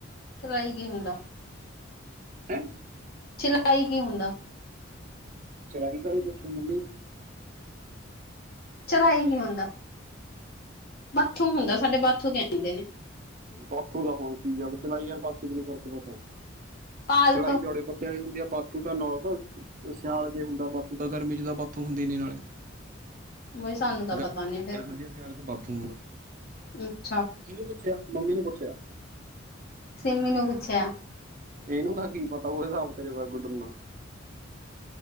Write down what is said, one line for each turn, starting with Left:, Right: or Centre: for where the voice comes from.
Left: ਚਲਾਈ ਕੀ ਹੁੰਦਾ।
Right: ਹੈਂ।
Left: ਚਲਾਈ ਕੀ ਹੁੰਦਾ।
Right: ਚਲਾਈ ਬਾਰੇ ਪੁੱਛੋ ਮੰਮੀ ਨੂੰ
Left: ਚਲਾਈ ਕੀ ਹੁੰਦਾ ਬਾਥੂ ਹੁੰਦਾ ਸਾਡੇ ਬਾਥੂ ਕਹਿੰਦੇ ਨੇ।
Right: ਬਾਥੂ ਦਾ ਹੋਰ ਚੀਜ਼ ਆ ਚਲਾਈ ਯਾਰ ਬਾਥੂ ਚ ਨੀ ਫ਼ਰਕ ਪਤਾ।
Left: ਪਾਲਕ
Right: ਚਲਾਈ ਚੌੜੇ ਪੱਤਿਆਂ ਦੀ ਹੁੰਦੀ ਆ। ਬਾਥੂ ਤਾਂ ਨਾਲ ਤਾਂ ਸਿਆਲ ਚ ਹੁੰਦਾ ਬਾਥੂ ਤਾਂ ਗਰਮੀ ਚ ਤਾਂ ਬਾਥੂ ਹੁੰਦੀ ਨੀ ਨਾਲੇ।
Left: ਬਈ ਸਾਨੂੰ ਤਾਂ ਪਤਾ
Right: ਗਰਮੀ
Left: ਨੀ ਫੇਰ
Right: ਤੇ ਬਾਥੂ ਹੁੰਦਾ।
Left: ਅੱਛਾ।
Right: ਕਿਹਨੂੰ ਪੁੱਛਿਆ ਮੰਮੀ ਨੂੰ ਪੁੱਛਿਆ।
Left: ਸਿੰਮੀ ਨੂੰ ਪੁੱਛਿਆ।
Right: ਇਹਨੂੰ ਦਾ ਕੀ ਪਤਾ ਉਹ ਹਿਸਾਬ ਤੇਰੇ ਵਰ ਗੁਡਰਨਾ